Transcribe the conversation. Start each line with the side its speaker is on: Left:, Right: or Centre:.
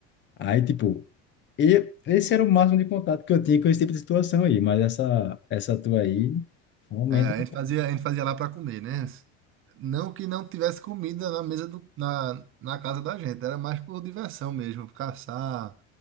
Left: Aí, tipo, E esse era o máximo de contato que eu tinha com esse tipo de situação aí, mas essa, essa tua aí, realmente,
Right: É, a gente fazia, a gente fazia lá para comer, né? Não que não tivesse comida na mesa do, na, na casa da gente, era mais por diversão mesmo, por caçar,